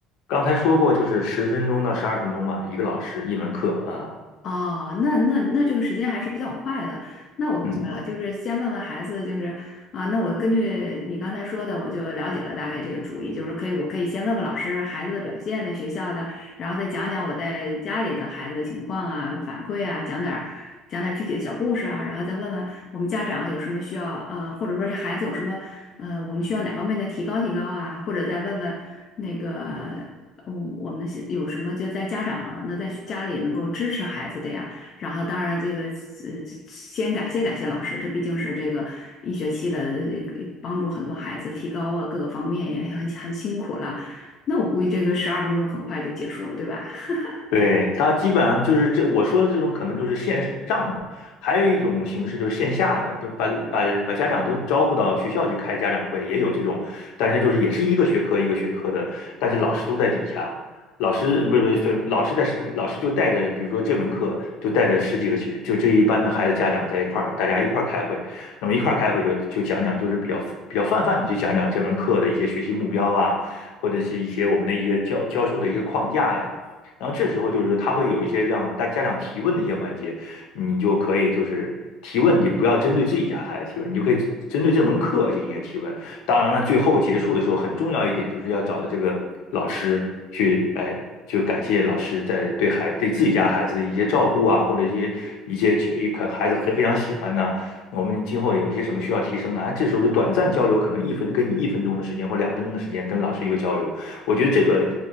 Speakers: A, on the left (about 70°); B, on the left (about 30°).
A: 刚才说过，就是十分钟到十二分钟吧，一个老师一门课啊，
B: 哦，那那那这个时间还是比较快的。那我明白了，
A: 嗯，
B: 就是先问问孩子，就是啊，那我根据你刚才说的，我就了解了大概这个主意，就是可以，我可以先问问老师孩子的表现，在学校的，然后再讲讲我在家里的孩子的情况啊，反馈啊，讲点儿讲点儿具体的小故事啊，然后再问问我们家长有什么需要，呃，或者说这孩子有什么，呃，我们需要哪方面的提高提高啊，或者再问问那个。嗯，我们现有什么就在家长啊那在家里能够支持孩子的呀。然后，当然这个呃，先感谢感谢老师，这毕竟是这个一学期了，呃帮助很多孩子提高啊，各个方面也很很辛苦了。那我估计这个十二分钟很快就结束了，对吧？<laughs>
A: 对，它基本上就是这我说的这种，可能就是线上的，还有一种形式就是线下的，就把把把家长都招呼到学校去开家长会，也有这种，但是就是也是一个学科一个学科的，但是老师都在底下，老师不是不是是老师在老师就带着，比如说这门课就带着十几个学，就这一班的孩子家长在一块儿，大家一块儿开会，那么一块儿开会就就讲讲，就是比较比较泛泛的去讲讲这门课的一些学习目标啊，或者是一些我们的一些教教授的一些框架呀。然后这时候就是说他会有一些让大家长提问的一些环节，你就可以就是提问，你不要针对自己家孩子提问，你就可以针对这门课进行一个提问。当然了，最后结束的时候很重要一点就是要找到这个老师去，哎。就感谢老师在对孩对自己家孩子的一些照顾啊，或者一些一些一可孩子非非常喜欢呢、啊我们今后有些什么需要提升呢？哎，这时候就短暂交流，可能一分跟你一分钟的时间或两分钟的时间跟老师一个交流，我觉得这个